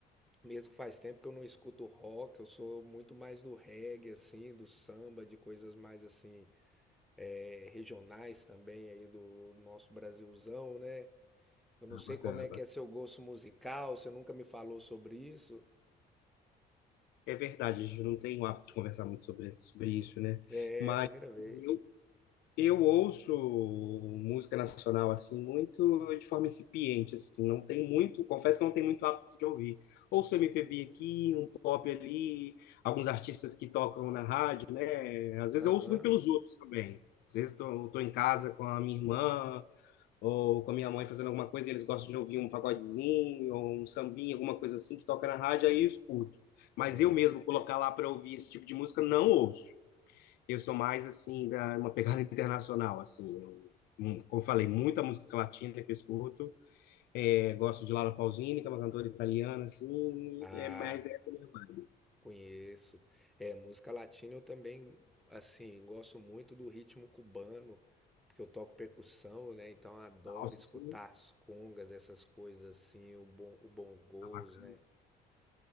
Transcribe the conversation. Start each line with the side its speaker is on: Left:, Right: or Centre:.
Centre: Mesmo que faz tempo que eu não escuto rock, eu sou muito mais do reggae assim, do samba, de coisas mais assim, é, regionais também aí do nosso Brasilzão, né? Eu não
Left: Ah,
Centre: sei
Left: bacana,
Centre: como é que
Left: bacana.
Centre: é seu gosto musical, você nunca me falou sobre isso.
Left: É verdade, a gente não tem o hábito de conversar muito sobre, esse- sobre isso, né?
Centre: É,
Left: Mas
Centre: primeira vez.
Left: eu Eu ouço música nacional assim muito de forma incipiente, assim, não tem muito, confesso que não tem muito hábito de ouvir. Ouço MPB aqui, um pop ali, alguns artistas que tocam na rádio. né? Às vezes
Centre: Aham.
Left: eu ouço muito pelos outros também. Às vezes estou em casa com a minha irmã ou com a minha mãe fazendo alguma coisa e eles gostam de ouvir um pagodezinho ou um sambinha, alguma coisa assim que toca na rádio, aí eu escuto. Mas
Centre: É.
Left: eu mesmo colocar lá para ouvir esse tipo de música não ouço. Eu sou mais, assim, da, uma pegada <laughs> internacional, assim. Eu, hum, como falei, muita música latina que eu escuto. É, gosto de Laura Pausini, que é uma cantora italiana, assim.
Centre: Ah,
Left: É mais essa minha vibe.
Centre: conheço. É, música latina eu também, assim, gosto muito do ritmo cubano, porque eu toco percussão, né? Então eu adoro
Left: Salsa,
Centre: escutar
Left: assim,
Centre: as congas, essas coisas assim, o bom, o bongôs,
Left: tá bacana.
Centre: né?